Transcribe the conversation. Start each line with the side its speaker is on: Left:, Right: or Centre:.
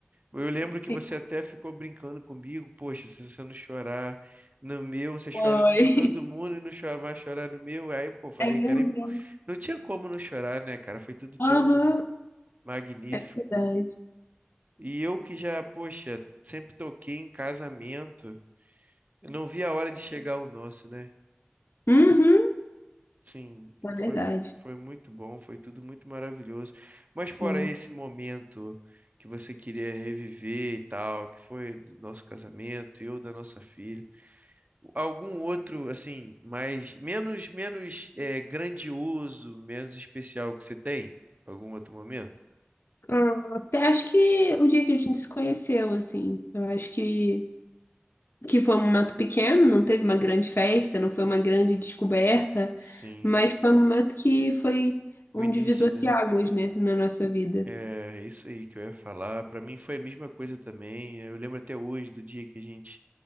Right: Eu lembro que
Left: Sim,
Right: você até ficou brincando comigo. Poxa, se você não chorar no meu, você chora
Left: foi.
Right: no de todo
Left: <laughs>
Right: mundo e não chora, vai chorar no meu. Aí, pô, falei
Left: É
Right: que
Left: verdade.
Right: era. im- Não tinha como não chorar, né, cara? Foi tudo
Left: Aham,
Right: tão magnífico.
Left: é verdade.
Right: E eu que já, poxa, sempre toquei em casamento. Eu não vi a hora de chegar o nosso, né?
Left: Uhum,
Right: Sim,
Left: é
Right: foi,
Left: verdade.
Right: foi muito bom, foi tudo muito maravilhoso. Mas fora
Left: É.
Right: esse momento que você queria reviver e tal, que foi do nosso casamento, eu da nossa filha, algum outro assim, mais menos menos é, grandioso, menos especial que você tem? Algum outro momento?
Left: Ah, Até acho que o dia que a gente se conheceu, assim, eu acho que, que foi um momento pequeno, não teve uma grande festa, não foi uma grande descoberta,
Right: Sim,
Left: mas foi um momento que foi um
Right: o início,
Left: divisor
Right: né?
Left: de águas, né, na nossa vida.
Right: É isso aí que eu ia falar. Pra mim foi a mesma coisa também. Eu lembro até hoje do dia que a gente